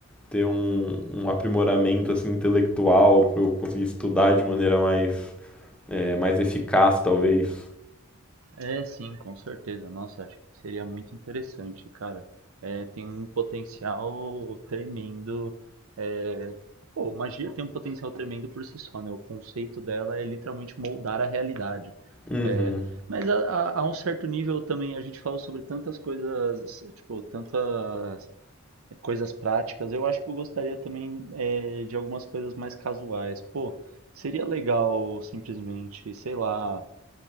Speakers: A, in the centre; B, on the right (about 80°).
A: ter um, um aprimoramento assim, intelectual, para eu conseguir estudar de maneira mais, é, mais eficaz, talvez.
B: É, sim, com certeza. Nossa, acho que seria muito interessante, cara. É, tem um potencial tremendo. é, Pô, magia tem um potencial tremendo por si só, né? O conceito dela é literalmente moldar a realidade.
A: Uhum.
B: É, Mas a, a- a um certo nível também a gente fala sobre tantas coisas, tipo, tantas coisas práticas. Eu acho que eu gostaria também é, de algumas coisas mais casuais. Pô, seria legal simplesmente, sei lá